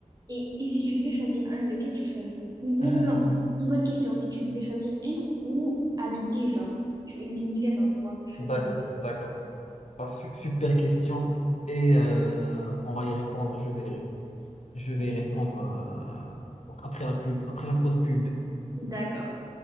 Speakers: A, on the right; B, on the left.
A: Et, et si tu devais choisir un, lequel tu choisis? Une- Non,
B: Euh,
A: non, non. Une bonne question. Si tu devais choisir un ou habiter, genre, tu- l'univers en soi, tu choisis
B: d'accord,
A: lequel?
B: d'accord. Ah, su- super question et euh, on va y répondre. Je vais y répondre. Je vais
A: Ok.
B: y répondre euh, donc après la pub, après la pause pub.
A: D'accord.